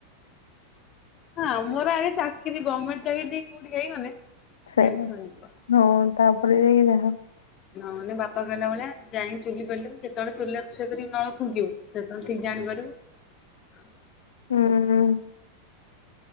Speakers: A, on the left (about 30°); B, on the left (about 65°).
A: ହଁ ମୋର ଆଗେ ଚାକିରୀ ଗମେଣ୍ଟ ଚାକିରି ଟିକେ କୋଉଠି ହେଇଗଲେ
B: ସେ
A: ଟେନସନ ଯିବ।
B: ହଁ ତାପରେ ଯାଇକି ଯାହା।
A: ମାନେ ବାପା କହିଲା ଭଳିଆ ବ୍ୟାଙ୍କ୍ ଚାକିରି କଲେ ଯେତେବେଳେ ଚୁଲିରେ ରୋଷେଇ କରି ନ ଫୁଙ୍କିବୁ ସେତେବେଳେ ଠିକ ଜାଣିପାରିବୁ।
B: ହୁଁ